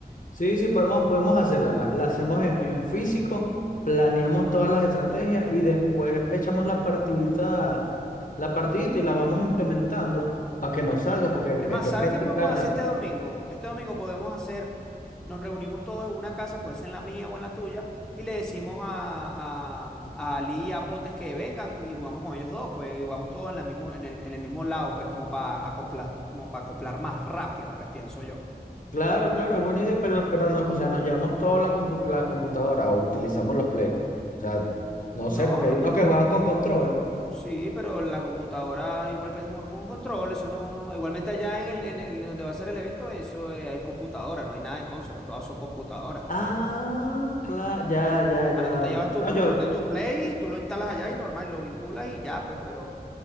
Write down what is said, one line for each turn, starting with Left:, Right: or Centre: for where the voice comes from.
Left: sí, sí, podemos, podemos hacerla. La, la hacemos en, en físico, planeamos todas las estrategias y después echamos la partidita, la partidita y la vamos implementando para
Centre: Ujú.
Left: que nos salga, porque hay,
Centre: Es más,
Left: hay que
Centre: ¿sabes
Left: practicarla.
Centre: qué podemos hacer este domingo? Este domingo podemos hacer, nos reunimos todos en una casa, puede ser en la mía o en la tuya, y le decimos a, a, a Ali y a Potes que vengan y jugamos con ellos dos, pues y jugamos todos en la mismo, en el, en el mismo lado, pues como para acoplar, como para acoplar más rápido, pues pienso yo.
Left: Claro, claro, es buena idea, pero, pero no, o sea, nos llevamos toda la, compu- la computadora o utilizamos los Play. O sea, no
Centre: No,
Left: sé, porque
Centre: no
Left: hay unos
Centre: como
Left: que juegan
Centre: tú.
Left: con control.
Centre: Sí, pero la computadora igual puedes jugar con control, eso no, igualmente allá en el, en el- donde va a ser el evento, eso eh, es computadora, no hay nada de consolas, todas son computadoras.
Left: Ah,
Centre: pues.
Left: claro, ya, ya, ya.
Centre: Claro, tú te llevas tu
Left: No,
Centre: control
Left: yo,
Centre: de tu Play, tú lo instalas allá y normal, lo vinculas y ya, pues, pero, o